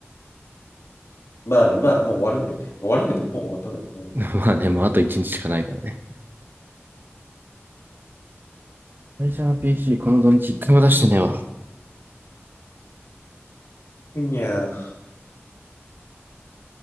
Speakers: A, on the left; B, on the right.
A: まあね、でまあ、もう終わるんで。終わるんでって、でもうほぼ終わったんでね。うん
B: <laughs> まあね、もうあと一日しかないからね。会社の PC、この土日一回も出してねえわ。
A: ふにゃー。